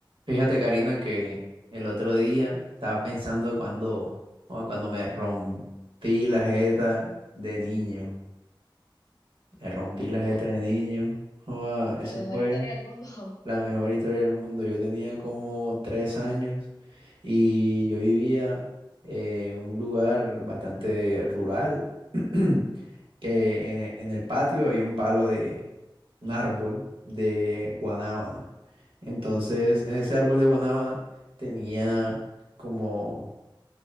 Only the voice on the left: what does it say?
<laughs>
La mejor
historia del mundo.